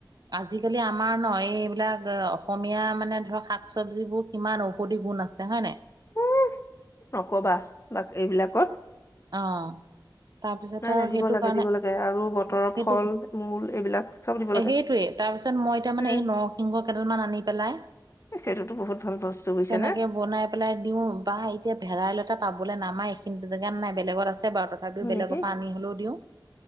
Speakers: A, on the right; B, on the left.
A: আজিকালি আমাৰ ন এইবিলাক অ অসমীয়া মানে ধৰক শাক শৱজি যিবোৰ কিমান ঔষধি গুণ আছে হয় নাই?
B: উ নকবা এইবিলাকত
A: অহ তাৰপিছত
B: নাই নাই
A: আৰু
B: দিব
A: সেইটো
B: লাগে
A: কাৰণে
B: দিব লাগে আৰু বতৰৰ
A: সেইটো
B: ফল মূল এইবিলাক চব দিব লাগে।
A: সেইটোৱে। তাৰ পিছত মই এতিয়া
B: উম,
A: মানে এই নৰসিংহ কেইডাল মান আনি পেলাই
B: সেইটোতো বহুত ভাল বস্তু বুজিছা
A: তেনেকে
B: নে?
A: বনাই পেলাই দিওঁ বা এতিয়া ভেদাইলতা পাবলৈ নামাই এইখিনিতে জেগাত নাই বেলেগত আছে বাৰু তথাপিও
B: হয়
A: বেলেগৰ
B: নেকি?
A: পৰা আনি হ'লেও দিওঁ।